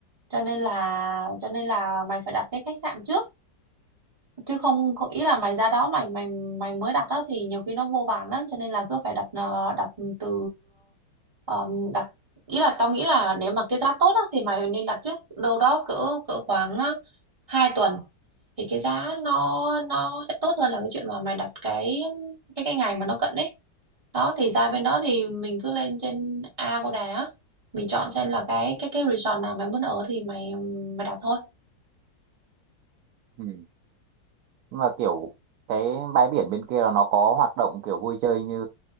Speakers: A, on the right; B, on the right.
A: cho nên là cho nên là mày phải đặt cái khách sạn trước chứ không có ý là mày ra đó mày mày mày mới đặt đó thì nhiều khi nó vô vàn lắm cho nên là cứ phải đặt ờ, đặt từ ờ, ờm, đặt ý là tao nghĩ là nếu mà cái giá tốt á, thì mày nên đặt trước đâu đó cỡ cỡ khoảng uh, 2 tuần thì cái giá nó nó sẽ tốt hơn là cái chuyện mà mày đặt cái cái cái ngày mà nó cận ấy đó thì ra bên đó thì mình cứ lên trên Agoda á, mình chọn xem là cái cái cái resort nào mày muốn ở thì mày mày đặt thôi
B: Ừ. nhưng mà kiểu cái bãi biển bên kia là nó có hoạt động kiểu vui chơi như